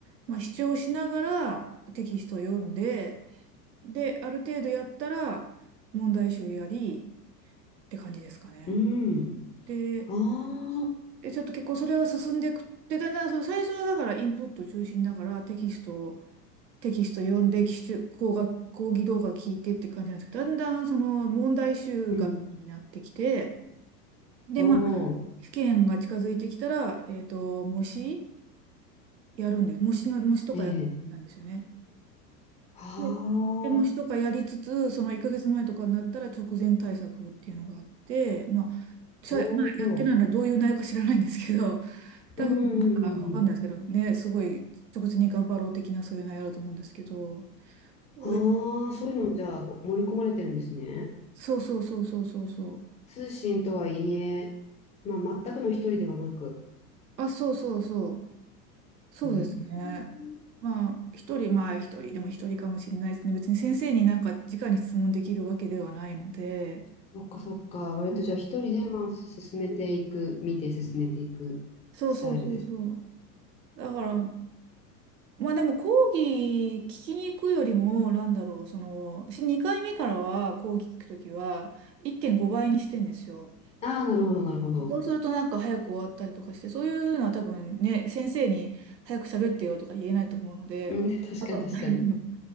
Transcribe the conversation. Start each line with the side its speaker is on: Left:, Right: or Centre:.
Right: まあ、視聴しながらテキストを読んで、で、ある程度やったら、問題集やり、って感じですかね。
Left: うん。うん
Right: で、
Left: ああ、
Right: でちょっと結構それが進んでいく。で、だんだん、その最初はだからインプット中心だから、テキストをテキスト読んで、基準講学、講義動画聞いてって感じなんですけど、だんだんその問題集が気になってきて、
Left: うん。
Right: で、
Left: おお、
Right: まあ、試験が近づいてきたら、えっと、模試やるんです。模試の、模試とかやるなんですよね。
Left: ええ。は
Right: で、で模試とかやりつつ、
Left: あ、
Right: その1ヶ月前とかになったら直前対策っていうのがあって、まあ、私はまあ、
Left: おお。
Right: やってないのはどういう内容か知らないんですけど、<laughs> 多分なんかわかんないですけどね、
Left: うん、うん、うん。うんうん
Right: すごい直前に頑張ろう的なそういう内容だと思うんですけど、親
Left: ああ、そういうのもじゃあ盛り込まれてるんですね。
Right: そうそうそうそうそうそう。
Left: 通信とはいえ、まあ、全くの一人ではなく。
Right: あ、そうそうそう。そうですね。
Left: うーん、
Right: まあ、一人、まあ一人でも一人かもしれないですね。別に先生になんか直に質問できるわけではないので。
Left: そっかそっか。割とじゃあ一人で、
Right: うん
Left: まあ、す進めていく、見て進めていくスタイルです。
Right: そうそうそうそう。だから、まあでも講義聞きに行くよりも、なんだろう、その、し2回目からは講義聞くときは1.5倍にしてんですよ。
Left: ああー、なるほど、なるほど。
Right: そうするとなんか早く終わったりとかして、そういうのは多分ね、先生に早く喋ってよとか言えないと思うので、
Left: うん、<laughs> 確かに確かに。
Right: あとは <laughs>